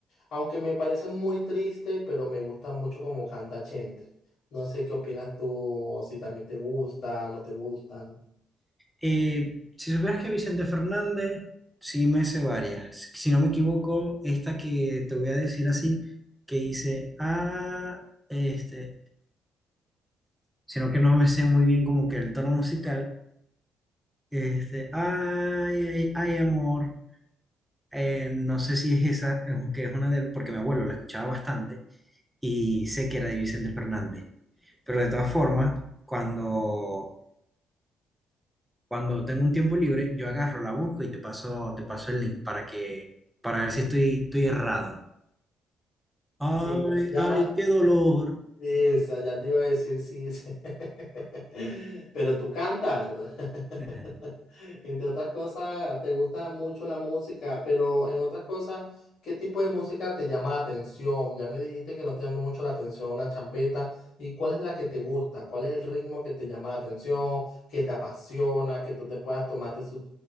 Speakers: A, on the left (about 70°); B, in the centre.
A: aunque me parece muy triste, pero me gusta mucho como canta Chente. No sé qué opinas tú, o si también te gusta, no te gusta.
B: Eh, si supieras que Vicente Fernández, sí me sé varias. Si no me equivoco, esta que te voy a decir así, que dice, ah, este, sino que no me sé muy bien como que el tono musical, este, ay, ay, ay, amor. Eh, no sé si es esa, eh, que es una del, porque mi abuelo la escuchaba bastante y sé que era de Vicente Fernández. Pero de todas formas, cuando Cuando tengo un tiempo libre, yo agarro, la busco y te paso, te paso el link para que, para ver si estoy, estoy errado. Ay,
A: Sí, ya, llama.
B: ay, qué dolor.
A: Esa, ya te iba a decir sí. sí. <laughs> Pero tú cantas. <laughs>
B: <laughs>
A: Entre otras cosas, te gusta mucho la música, pero en otras cosas, ¿qué tipo de música te llama la atención? Ya me dijiste que no te llama mucho la atención la champeta. ¿Y cuál es la que te gusta? ¿Cuál es el ritmo que te llama la atención, que te apasiona, que tú te puedas tomarte su